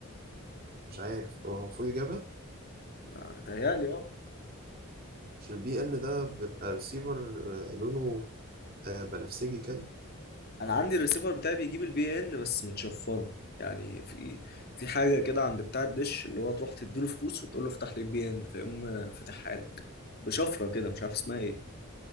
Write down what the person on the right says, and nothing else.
مش عارف هو المفروض يجيبها
مش البي ان ده بيبقى ريسيفر آه، لونه آه، بنفسجي كده